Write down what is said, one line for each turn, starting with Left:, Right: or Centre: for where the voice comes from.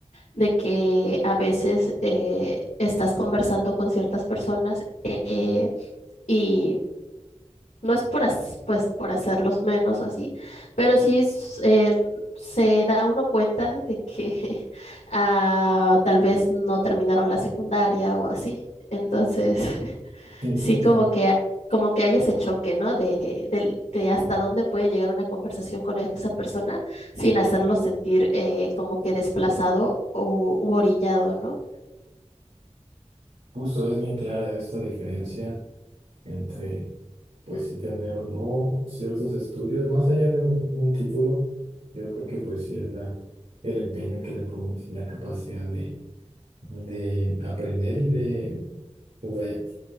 Left: de que a veces eh, estás conversando con ciertas personas eh, y no es por, as- pues, por hacerlos menos o así, pero sí s- eh, se da uno cuenta de que <laughs> ah, tal vez no terminaron la secundaria o así. Entonces, <laughs>
Right: sí,
Left: sí
Right: sí, entiendo.
Left: como que, como que hay ese choque, ¿no? De, del- de hasta dónde puede llegar una conversación con esa persona sin hacerlo sentir eh, como que desplazado o u orillado, ¿no?
Right: Justo es bien clara esta diferencia entre pues sí tener o no ciertos estudios, más allá de un, un título, yo creo que pues sí es la, el empeño que le pones y la capacidad de, de aprender y de, pues, vaya,